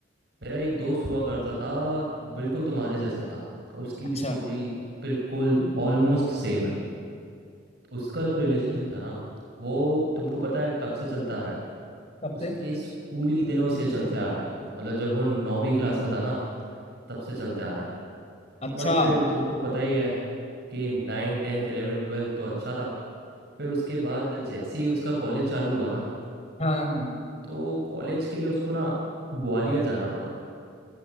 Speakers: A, on the right (about 60°); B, on the left (about 35°).
A: मेरा एक दोस्त हुआ करता था बिल्कुल तुम्हारे जैसा था उसकी
B: अच्छा
A: भी स्टोरी बिल्कुल ऑलमोस्ट सेम है उसका जो रिलेशनशिप था ना वो तुमको पता है कब से चलता आ रहा है
B: कब
A: उसके
B: से
A: स्कूली दिनों से चलते आ रहा है मतलब जब वो नौवीं क्लास में था ना तब से चलते आ रहा है
B: अच्छा
A: बट
B: हाँ
A: फिर तुमको पता ही है कि नाइन टेंथ इलेवन ट्वेल्थ तो अच्छा था फिर उसके बाद जैसे ही उसका कॉलेज चालू हुआ ना
B: हाँ, हाँ।
A: तो कॉलेज के लिए उसको ना ग्वालियर जाना पड़ा